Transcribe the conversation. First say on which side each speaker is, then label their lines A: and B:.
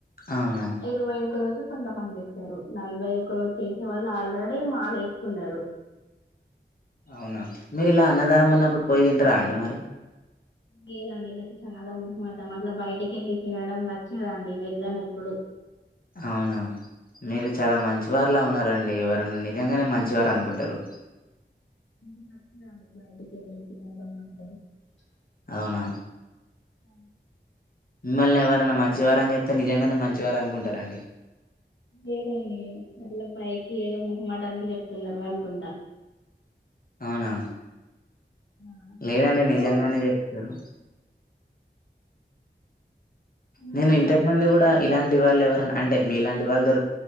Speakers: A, on the left; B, on the left.
A: అవునా
B: ఇరవై ఒక రోజు కొంతమంది చేస్తారు నలభై ఒక రోజు చేసే వాళ్ళు ఆల్రెడీ మాల ఏసుకునారు
A: అవునా మీరి ఇలా అన్నదానం ఉన్నప్పుడు పోయి తింటార అండి మరి
B: లేదండి నాకు చాలా మహం మఠం అట్లా బయటికిెళ్ళి తినడం నచ్చదండి వెళ్ళాను ఎప్పుడు
A: అవును మీరు చాలా మంచి వర్లా ఉన్నారు ఎవరండి ఎవర నిజంగానే మంచివారు అనుకుంటారు
B: ఇ మంచిాల భయతే కేరళీకిడం కంట <unintelligible>
A: అవునా
B: అ
A: మిమ్మల్ని మంచివారు అని చెప్తే నిజంగానే మంచివార అనుకుంటారండి
B: లేదండి మళ్ీ పైకి ఏదో ముహమాటానికి చెప్తున్నారు అనుకుంటా
A: అవునా
B: ఆ,
A: లేదండి
B: అప్పుడప్పుడు
A: నిజంగానే చెప్తారు
B: అమ్మేస్తా
A: నేను ఇంతకు మంది కూడా ఇలాంటి లాంటి వాళ్ళు ఎవర అంటే మీ ఇలాంటి వాళ్ళు